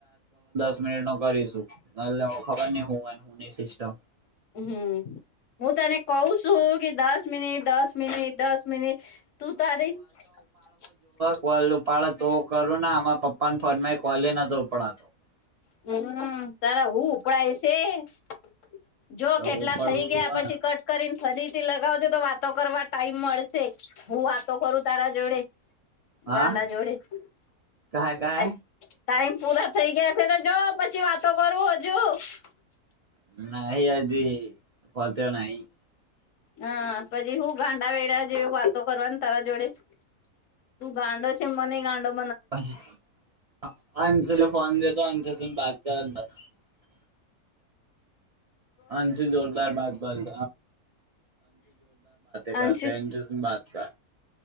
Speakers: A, on the right; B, on the left.
A: मनिट न करस खबर नाही ह नाही सिस्टम <unintelligible>
B: <unintelligible> <unintelligible> <unintelligible>
A: <unintelligible> <unintelligible> <unintelligible>
B: <unintelligible> <unintelligible>
A: उकाळू जेव्हा ना
B: <unintelligible> <unintelligible>
A: हा
B: <unintelligible>
A: काय काय
B: <unintelligible>
A: <unintelligible> <unintelligible>
B: <unintelligible>
A: <unintelligible> आमचे जोरदार बागबान करते
B: अंशु
A: अंशूसून बात कर